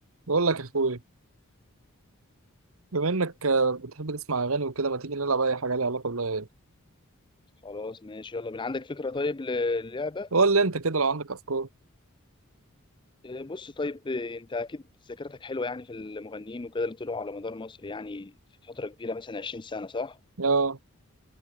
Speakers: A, on the right; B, on the left.
A: بقول لك يا اخويا بما انك آه، بتحب تسمع اغاني وكده ما تيجي نلعب اي حاجه ليها علاقه بالاغاني
B: خلاص ماشي يلا بينا عندك فكرة طيب للعبة
A: قول لي انت كده لو عندك افكار
B: آه، بص طيب آه، انت اكيد ذاكرتك حلوة يعني في المغنيين وكده اللي طلعوا على مدار مصر يعني في فترة كبيرة مثلا 20 سنة صح؟
A: اه